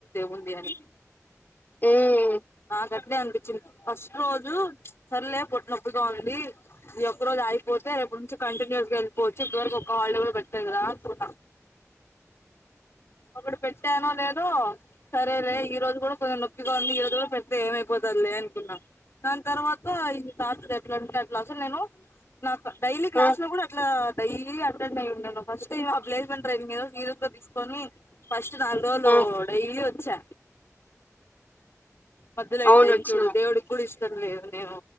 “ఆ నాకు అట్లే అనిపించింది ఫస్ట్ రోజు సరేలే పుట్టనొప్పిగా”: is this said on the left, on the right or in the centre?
Left